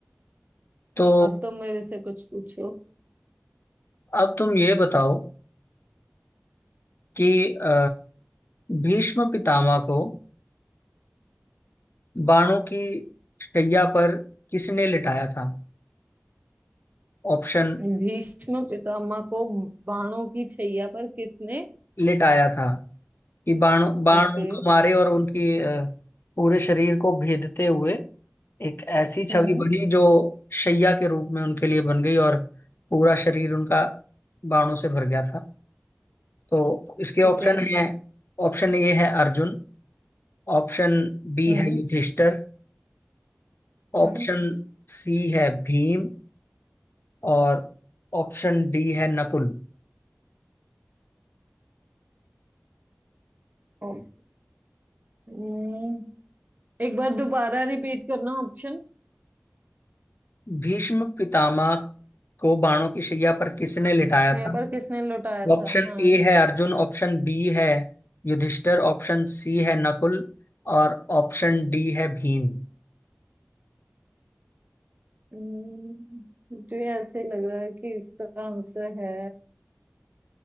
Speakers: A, on the left; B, on the right.
A: तो
B: अब तो मेरे से कुछ पूछो
A: अब तुम ये बताओ कि अ, भीष्म पितामह को बाणों की शैया पर किसने लिटाया था ऑप्शन
B: भीष्म पितामह को बाणों की छैया पर किसने
A: लिटाया था कि बाण बाण
B: ओके
A: उनको मारे और उनकी अ, पूरे शरीर को भेदते हुए एक ऐसी छवि
B: हम्म
A: बनी जो शैया के रूप में उनके लिए बन गई और पूरा शरीर उनका बाणों से भर गया था तो इसके ऑप्शन
B: ठीक है
A: है ऑप्शन ए है अर्जुन ऑप्शन बी
B: हम्म
A: है युधिष्ठिर ऑप्शन
B: हम्म
A: सी है भीम और ऑप्शन डी है नकुल
B: ओ- हम्म एक बार दोबारा रिपीट करना ऑप्शन
A: भीष्म पितामह को बाणों की शैया पर किसने लिटाया
B: है
A: था
B: पर किसने लुटाया
A: ऑप्शन
B: था हाँ
A: ए है अर्जुन ऑप्शन बी है युधिष्ठिर ऑप्शन सी है नकुल और ऑप्शन डी है भीम
B: हम्म, मुझे ऐसे लग रहा है कि इसका आंसर है